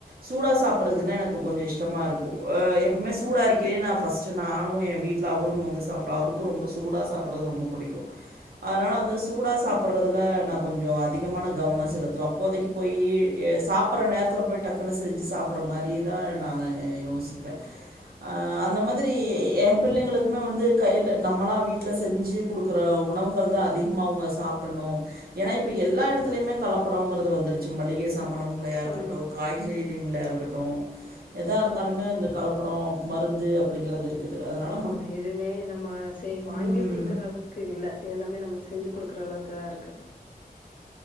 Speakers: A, on the right (about 80°); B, on the left (about 60°).
A: சூடா சாப்புடுறதுகுன்னா எனக் ப்போ கொஞ்ச இஷ்டமா இருக்கு அ எப்பமே சூடா இருக்கயிலே நா ஃபர்ஸ்ட்டு நானு ஏ வீட்ல அவரும் வந்து சாப் ட்டு அவருக்கு ரொம்ப சூடா சாப்புட்றது ரொம்ப புடிக்கு அதுனால வந்து சூடா சாப்புட்றதுல நா கொஞ்சோ அதிகமான கவனோ செலுத்துவே அப் இப்போதைக்கு போயி எ சாப்புட்ற நேரத்துல போய்டு டக்குனு செஞ்சு சாப்புட்ற மாரி இருக் குதா நானு யோசிப்பே ஆ அந்த மாதிரி ஏ பிள்ளைங்களுக்குமே வந்து கையில நம்மளா வீட்ல செஞ்சு குடுக்குற உணவுகள் தான் அதிகமா அவுங்க சாப்புட்ணு ஏன்னா இப்ப எல்லா எடத்துலயுமே கலப்படோங்குறது வந்துருச்சு மளிகை சாமானாவு களையா இருக்கட்டு
B: ஆமாம்
A: காய்கறிங்களையா இருக்கட்டு எதா இருந்தாலுமே அந்த கலப்படோ மருந்து அப்டிங்கிறது இருக்கு க்குது அதுனால
B: ஆமா எதுவுமே நம்ம சே வாங்கி
A: ம்,
B: குடுக்குற அளவுக் க்கு இல்ல எல்லாமே நம்ம செஞ்சு குடுக்குற அளவுக்கு தா இருக்கு